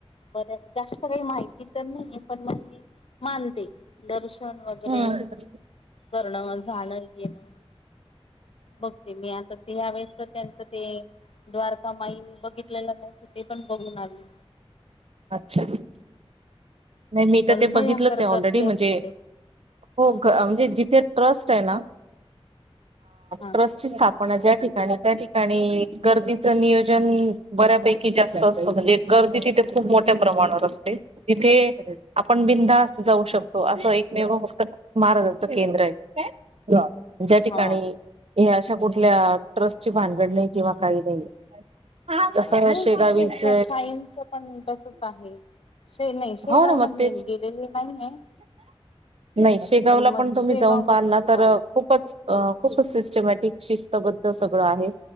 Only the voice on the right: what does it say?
हम्म
अच्छा नाही मी
तर ते
बघितलंच आहे
ऑलरेडी
म्हणजे हो म्हणजे जिथे ट्रस्ट आहे ना
ट्रस्टची स्थाप ण ज्या ठिकाणी त्या ठिकाणी गर्दीच नियोजन बऱ्यापैकी जास्त असत म्हणजे गर्दी तिथे खूप मोठ्या प्रमाणावर असते तिथे आपण बिनधास्त जाऊ शकतो असं एकमेव फक्त महाराजांच केंद्र आहे ज्या ठिकाणी
हे अशा कुठल्या ट्रस्टची भानगड नाही किंवा काही नाही. जसं
शेगावीच
हो ना मग
तेच
नाही शेगावला
पण
तुम्ही जाऊन पाहिल
ना
तर
खूपच. अ खूप सिस्टमॅटिक शिस्तबद्ध सगळं आहे.